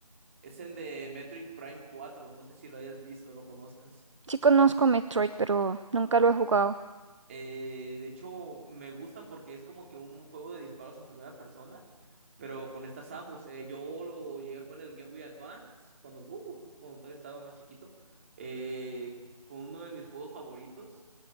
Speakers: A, on the right; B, on the right.
A: es el de Metroid Prime 4. No sé si lo hayas visto, lo conozcas.
B: Sí conozco Metroid, pero nunca lo he jugado.
A: Eh, de hecho, me gusta porque es como que un juego de disparos en primera persona, pero con esta Samus. Eh, yo lo llegué a jugar en el Game Boy Advance cuando, uh, cuando todavía estaba más chiquito. Eh, fue uno de mis juegos favoritos.